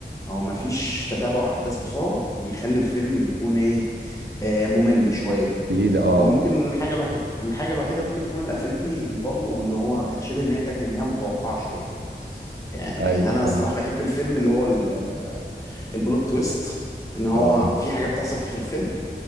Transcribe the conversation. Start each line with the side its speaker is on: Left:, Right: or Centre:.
Left: او مفيش تتابع احداث بسرعة بيخلي الفيلم بيكون ايه آه ممل شوية
Right: تقيل اه
Left: هو ممكن الحاجة الوحيدة الحاجة الوحيدة ممكن تكون اللي قفلتني برضو ان هو شبه ان هي كانت النهاية متوقعة شوية يعني يعني
Right: ايوه
Left: انا الصراحه
Right: ايوه
Left: بحب الفيلم اللي هو ال- البلوت تويست ان هو
Right: اه
Left: في حاجه بتحصل في اخر الفيلم